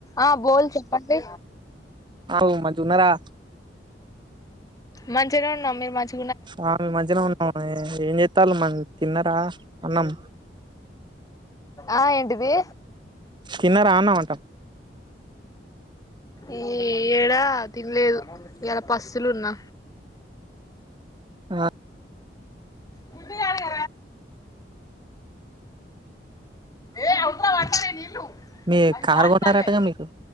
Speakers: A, on the left (about 20°); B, on the right (about 25°).
A: ఆ బోల్ చెప్పండి
B: అవు మంచి ఉన్నారా
A: మంచిగనే ఉన్నం మీరు మంచ్
B: ఆ మీము మంచిగానే ఉన్నాం ఏం చేతళ్ళు మన్ తిన్నరా అన్నం
A: ఆ ఏంటిది
B: తిన్న రా అన్నం అంట
A: ఏ ఏడా తినలేదు ఇయ్యలా పస్తులున్నా
B: ఆ
A: గుగాను ఏయ అ వాతదే నిల్లు
B: మీ
A: అ
B: కారు
A: చార్
B: కొన్నారటగా
A: త
B: మీకు